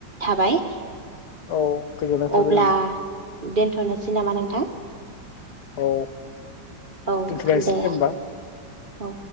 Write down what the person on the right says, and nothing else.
थाबाय।
अब्ला
दोनथ'नोसै नामा नोंथां।
औ
दे
औ।